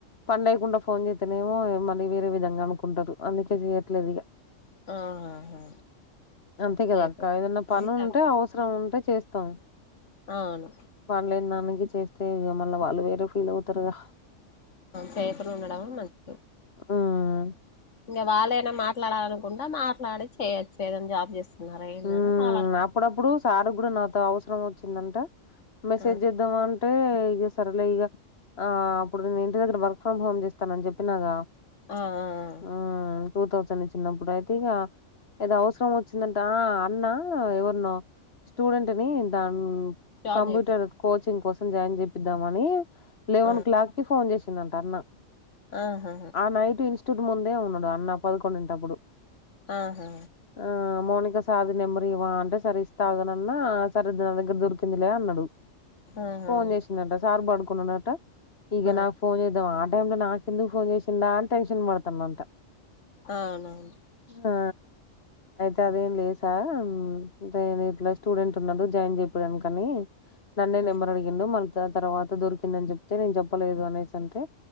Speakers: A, on the left (about 50°); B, on the left (about 65°).
A: పన్లేకుండా ఫోన్ చేతనేమో మళ్ళీ వేరే విధంగా అనుకుంటరు అందుకే చెయట్లేదు ఇగ.
B: ఆహాహా
A: అంతే కదా
B: చేయకూడదు
A: అక్క ఏదన్న పని
B: అంతే
A: ఉంటే అవసరం ఉంటే చేస్ తో
B: ఆ అవు
A: వాన్లేని దానికి చేస్తే మళ్ళ వాళ్ళు వేరే ఫీల్ అవుతరుగా
B: చేయకుండ ఉండడమే మంచిది
A: ఉమ్
B: ఇంగ వాళ్ళైన మాట్లాడాలి అనుకుంటె, మాట్లాడి చేయొచ్చు ఏదైనా జాబ్ చేస్తున్నారా ఏంది
A: హ్మ్
B: అని వాళ్ళ
A: అప్పుడప్పుడు సార్ కూడా నాతో అవసరం వచ్చిందంటె మెసేజ్
B: ఆ
A: చె దమ్ అంటే ఇగ సర్లే ఇగా ఆ అప్పుడు నేను ఇంటి దగ్గర వర్క్ ఫ్రమ్ హోమ్ చేస్తానని చెప్పినాగ
B: ఆ ఆ ఆ
A: ఆ టూ థౌసండ్ చిన్నప్పుడు అయితే ఇగా ఏదో అవసరం వచ్చిందంట, ఆ అన్న ఎవర్నో స్టూడెంట్ ని దాన్
B: జాయిన్
A: కంప్యూటర్
B: చేపియ్
A: కోచింగ్ కోసం జాయిన్ చేపిద్దామని, లెవెన్
B: ఆ
A: క్లాక్ కి ఫోన్ చేసిందంట అన్న
B: ఆహ
A: ఆ నైట్ ఇన్స్టిట్యూట్ ముందే ఉన్నడు అన్న పదకొండింటప్పుడు
B: ఆహ
A: ఆ మోనిక సార్ధి నెంబరు ఇయ్యవా అంటే, సరే ఇస్తా ఆగనన్న సరే నా దగ్గర దొరికిందిలే అన్నడు.
B: ఆహా
A: ఫోన్ చేసిందంట, సార్ పడుకొని ఉన్నరట ఇగ
B: ఆ
A: నాక్ ఫోన్ చేద్దా ఆ టైం లో నాకు ఎందుకు ఫోన్ చేసిందా అని టెన్షన్ పడ్తుండు అంట
B: అవునవును
A: ఆ అయితే అదేం లేస్ ఇట్లా అంటే ఇట్ల స్టూడెంట్ ఉన్నాడు జాయిన్ చేపియడానికని నన్నే
B: ఆ
A: నెంబర్ అడి గిండు మల్ తర్ తర్వాత దొరికిందని చెప్తే నేను చెప్పలేదు అనేసి అంటే